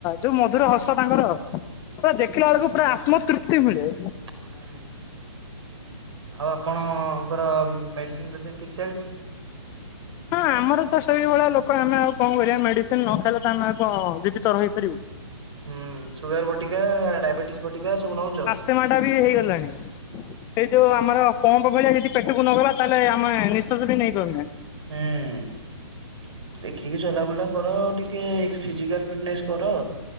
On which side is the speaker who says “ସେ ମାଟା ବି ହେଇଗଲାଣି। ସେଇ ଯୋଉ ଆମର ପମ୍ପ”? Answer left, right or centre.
Left